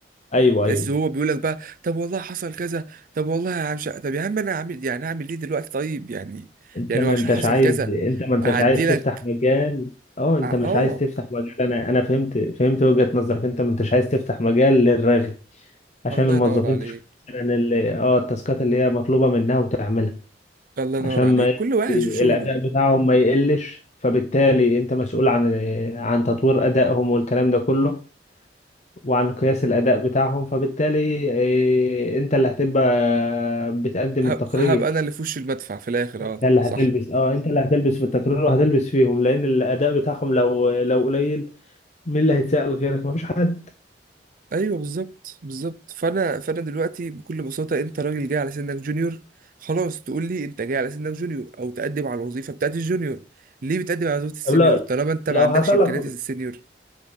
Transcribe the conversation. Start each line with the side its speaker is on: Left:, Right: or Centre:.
Left: ايوه
Right: تحس
Left: ايوه
Right: هو بيقول لك بقى طب والله حصل كذا طب والله يا عم ش... طب يا عم انا عامل يعني اعمل ايه دلوقتي طيب يعني
Left: انت
Right: يعني
Left: ما
Right: هو عشان
Left: انتش
Right: حصل
Left: عايز
Right: كذا
Left: انت ما انتش
Right: اعدي
Left: عايز تفتح
Right: لك
Left: مجال اه انت
Right: ع-
Left: مش
Right: اه
Left: عايز تفتح مجال انا انا فهمت فهمت وجهة نظرك انت ما انتش عايز تفتح مجال للرغي عشان
Right: الله
Left: الموظفين
Right: ينور عليك
Left: تشوف مثلا ال- اه التاسكات اللي هي مطلوبة منها وتعملها
Right: الله ينور
Left: عشان
Right: عليك
Left: ما
Right: كل واحد
Left: ي-
Right: يشوف شغله
Left: الاداء بتاعهم ما يقلش فبالتالي انت مسؤول عن عن تطوير ادائهم والكلام ده كله وعن قياس الاداء بتاعهم فبالتالي آه، انت اللي هتبقى بتقدم
Right: ه...
Left: التقرير
Right: هبقى انا اللي في وش المدفع في الاخر
Left: ده
Right: اه
Left: اللي هتلبس
Right: صح
Left: اه انت اللي هتلبس في التكرار وهتلبس فيهم لان الاداء بتاعهم لو لو قليل مين اللي هيتسأل غيرك مفيش حد
Right: ايوه بالظبط بالظبط فانا فانا دلوقتي بكل بساطه انت راجل جاي على سنك جونيور خلاص تقول لي انت جاي على سنك جونيور او تقدم على الوظيفه بتاعت الجونيور ليه بتقدم على وظيفه السينيور
Left: طب لو
Right: طالما انت
Left: لو
Right: ما عندكش
Left: حصل
Right: امكانيات
Left: لك
Right: السينيور